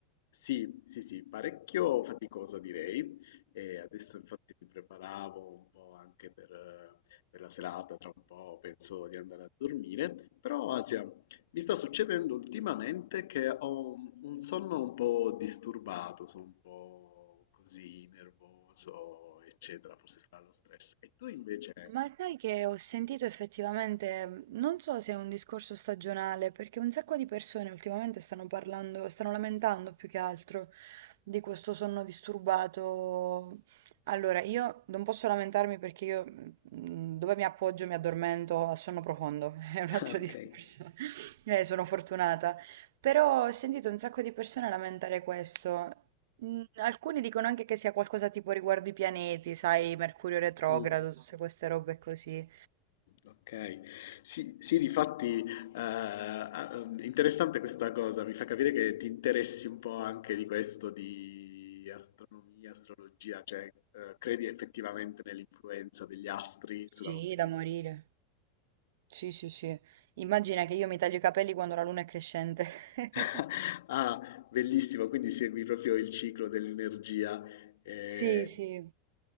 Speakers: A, on the left; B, on the right.
A: sì, sì, sì, parecchio faticosa direi. E adesso infatti mi preparavo un po' anche per, eh, per la serata, tra un po' penso di andare a dormire. Però, Asia, mi sta succedendo ultimamente che ho un sonno un po' disturbato, sono un po' così nervoso, eccetera, forse sarà lo stress. E tu invece?
B: Ma sai che ho sentito effettivamente, non so se è un discorso stagionale, perché un sacco di persone ultimamente stanno parlando, stanno lamentando più che altro di questo sonno disturbato. Allora, io non posso lamentarmi perché io mm, dove mi appoggio mi addormento a sonno profondo, <laughs> è un
A: <laughs>
B: altro
A: Okay.
B: discorso. <laughs> Eh, sono fortunata. Però ho sentito un sacco di persone lamentare questo. Mm, Alcuni dicono anche che sia qualcosa tipo riguardo i pianeti, sai, Mercurio retrogrado,
A: Mh.
B: tutte queste robe così.
A: Okay. Sì, sì difatti, ehm, a uhm, interessante questa cosa, mi fa capire che ti interessi un po' anche di questo, di astronomia, astrologia, cioè, ehm, credi effettivamente nell'influenza degli astri
B: Sì,
A: sulla nostra
B: da
A: vita.
B: morire. Sì, sì, sì. Immagina che io mi taglio i capelli quando la luna è crescente. <laughs>
A: <laughs> Ah, bellissimo, quindi segui proprio il ciclo dell'energia. eh,
B: Sì, sì,